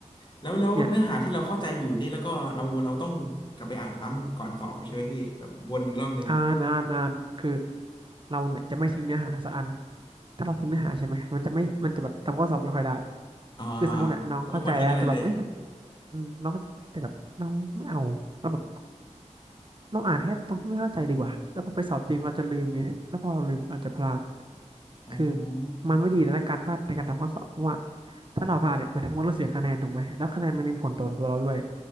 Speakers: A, on the left; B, on the right.
A: แล้วแล้วเนื้อหาที่เราเข้าใจอยู่นี่แล้วก็เราเราต้องกลับไปอ่านซ้ำก่อนสอบอยู่ใช่ไหมพี่แบบวนอีกรอบนึง
B: เนี่ยอ่านอ่านอ่านคือเราเนี่ยจะไม่ทิ้งเนื้อหาสักอันถ้าเราทิ้งเนื้อหาใช่ไหมมันจะไม่มันจะแบบทำข้อสอบไม่ค่อยได้
A: อ่า
B: คือสมมติเนี่ยน้องเข้าใจแล้วแต่แบบเอ้ย
A: เราไม่ควรทิ้งอะไรเลย
B: อืมน้องเข้าใจแต่แบบน้องไม่เอาแล้วแบบเราอ่านแค่ตรงที่ไม่เข้าใจดีกว่าแล้วพอไปสอบจริงเราจะลืมไงแล้วพอเราลืมอาจจะพลาด
A: อ๋อ
B: คือมันไม่ดีนะการพลาดในการทำข้อสอบเพราะว่าถ้าเราพลาดเนี่ยหมายถึงว่าเราเสียคะแนนถูกไหมแล้วคะแนนมันมีผลต่อตัวเราด้วย